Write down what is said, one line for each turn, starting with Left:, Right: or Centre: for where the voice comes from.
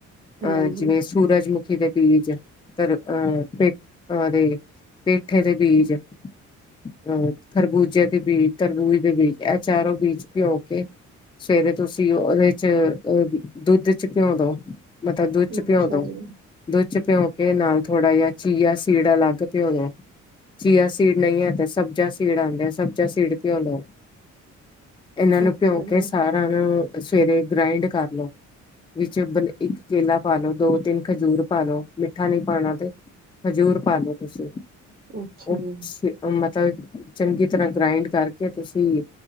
Right: ਹਾਂਜੀ
Left: ਆ ਜਿਵੇਂ ਸੂਰਜਮੁਖ ਪਾਪੀਤੇ ਦੇ ਬੀਜ ਤਰ ਅਹਹ ਦੇ ਪੇਠੇ ਦੇ ਬੀਜ ਅਹ ਖਰਬੂਜੇ ਦੇ ਬੀਜ ਤਰਬੂਜ ਦੇ ਬੀਜ ਇਹ ਚਾਰੋਂ ਬੀਜ ਪਿਉ ਕੇ ਸਵੇਰੇ ਤੁਸੀਂ ਉਹਦੇ ਚੋ ਦੁੱਧ ਚ ਘਿਉਂ ਦਉ ਮਤਲਬ ਦੁੱਧ ਚ
Right: ਅੱਛਾ
Left: ਪਿਉਂ ਲੋ
Right: ਜੀ
Left: ਦੁੱਧ ਚ ਪਿਉ ਨਾਲ ਥੋੜ੍ਹਾ ਜਿਹਾ ਚੀਆ ਸੀਡ ਅਲੱਗ ਪਿਓ ਚੀਆ ਸੀਡ ਨਹੀਂ ਹੈ ਤੇ ਸਬਜ਼ਾ ਸੀਡ ਆਉਂਦੇ ਸਬਜ਼ਾ ਸੀਡ ਪਿਉਂ ਲੋ ਇਹਨਾਂ ਨੂੰ
Right: ਅੱਛਾ
Left: ਭਿਉਂ ਕੇ
Right: ਜੀ
Left: ਸਾਰਿਆਂ ਨੂੰ ਸਵੇਰੇ ਗਰਾਇੰਡ ਕਰ ਲੋ ਵਿੱਚ ਬ ਇੱਕ ਕੇਲਾ ਪਾ ਲਓ ਦੋ ਤਿੰਨ ਖਜੂਰ ਪਾ ਲਓ ਮਿੱਠਾ ਨਹੀਂ ਪਾਉਣਾ ਤੇ ਖਜੂਰ ਪਾ ਲੋ ਤੁਸੀਂ
Right: ਅੱਛਾ
Left: ਉਹ
Right: ਜੀ
Left: ਸੀ ਮਤਲਬ ਚੰਗੀ ਤਰ੍ਹਾਂ ਗਰਾਇੰਡ ਕਰ ਕੇ ਤੁਸੀਂ